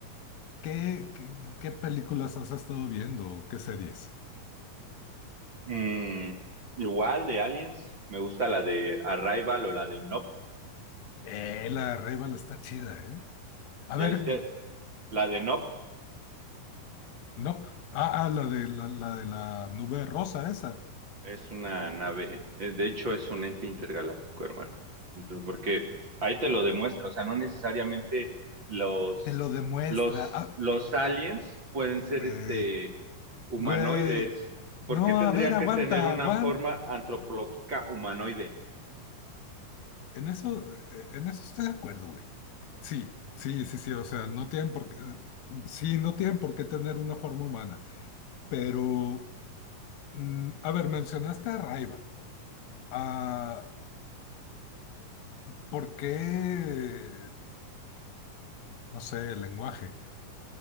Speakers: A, on the left (about 85°); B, on the right (about 35°).
A: ¿Qué, qué, qué películas has estado viendo? ¿Qué series?
B: Mm, igual de Aliens, me gusta la de Arrival o la de Nope.
A: Eh, la Rival está chida, ¿eh? A
B: ¿Ya
A: ver,
B: viste? La de Nope.
A: nope. Ah, ah, la de la, la de la nube rosa esa.
B: Es una nave, eh, de hecho es un ente intergaláctico, hermano, Entonces, porque ahí te lo demuestra, o sea, no necesariamente los,
A: Te lo demuestra.
B: los,
A: Ah,
B: los aliens pueden ser
A: güey,
B: este humanoides.
A: güey. No,
B: ¿Por qué tendrían
A: a ver, aguanta,
B: que tener una
A: aguanta.
B: forma antropológica humanoide?
A: En eso, eh, en eso estoy de acuerdo, güey. Sí, sí, sí, sí. O sea, no tienen por qué, eh, sí, no tienen por qué tener una forma humana. Pero, mm, a ver, mencionaste a Rival. Ah, ¿Por qué, no sé, el lenguaje?